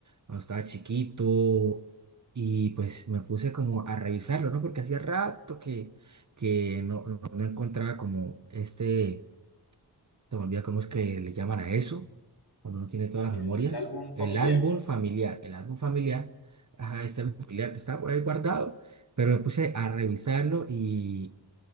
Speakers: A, on the right; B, on the left.
A: cuando estaba chiquito y pues me puse como a revisarlo, ¿no? Porque hacía rato que, que no, no no encontraba como este se me olvida cómo es que le llaman a eso, cuando uno tiene todas las
B: El
A: memorias.
B: álbum familiar.
A: El álbum familiar, el álbum familiar, ajá, este álbum familiar está por ahí guardado, pero me puse a revisarlo y,